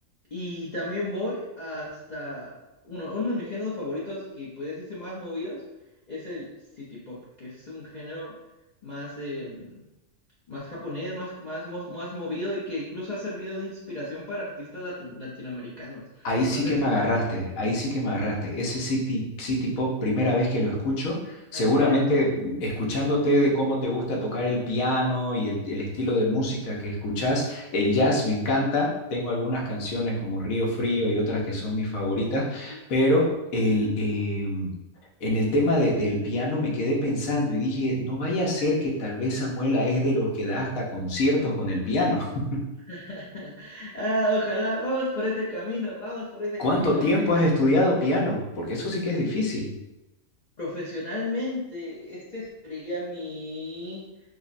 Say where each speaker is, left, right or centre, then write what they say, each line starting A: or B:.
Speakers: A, on the left; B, on the left.
A: Y también voy hasta uno, uno de mis géneros favoritos, que podría decirse más movidos es el city pop, que es un género más, eh, más japonés, más, más, mos- más movido y que incluso ha servido de inspiración para artistas latu- latinoamericanos.
B: Ahí sí
A: No sé
B: que
A: si...
B: me agarraste,
A: Ya.
B: ahí sí que me agarraste. Ese City, City Pop, primera vez que lo escucho, seguramente
A: ¿En serio?
B: mm, escuchándote de cómo te gusta tocar el piano y el, el estilo de música que escuchás, el jazz me encanta, tengo algunas canciones como Río Frío y otras que son mis favoritas,
A: Sí,
B: pero el, eh, en el tema de- del piano me quedé pensando y dije, no vaya a ser que tal vez Samuela es de los que da hasta conciertos con el piano. <laughs>
A: <laughs> Ah, ojalá, vamos por ese camino, vamos por ese
B: ¿Cuánto
A: camino.
B: tiempo
A: ¿Qué te-
B: has estudiado piano? Porque eso sí que es difícil.
A: Profesionalmente, este sería mi